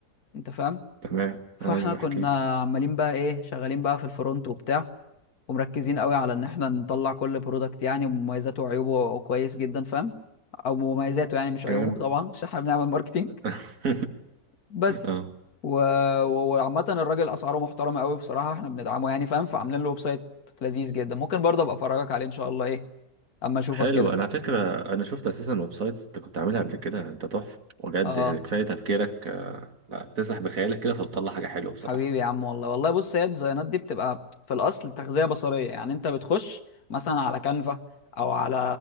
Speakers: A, on the left (about 70°); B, on the right (about 60°).
A: انت فاهم
B: تمام
A: فاحنا
B: ايوه
A: كنا
B: احكي لي
A: عمالين بقى ايه شغالين بقى في الفرونت وبتاع ومركزين قوي على ان احنا نطلع كل برودكت يعني مميزاته وعيوبه كويس جدا فاهم او مميزاته يعني مش عيوبه
B: جامد
A: طبعا عشان احنا بنعمل ماركتنج
B: <laughs>
A: بس
B: اه
A: و... و- وعامة الراجل اسعاره محترمة قوي بصراحة احنا بندعمه يعني فاهم فعاملين له ويب سايت لذيذ جدا ممكن برضه ابقى افرجك عليه ان شاء الله ايه اما اشوفك
B: حلو
A: كده
B: انا على فكره انا شفت اساسا ويب سايتس انت كنت عاملها قبل كده انت تحفه بجد
A: اه
B: يعني كفايه تفكيرك آه، لا بتسرح بخيالك كده فبتطلع حاجه حلوه بصراحه
A: حبيبي يا عم والله والله بص هي الديزاينات دي بتبقى في الاصل تغذية بصرية يعني انت بتخش مثلا على كانفا او على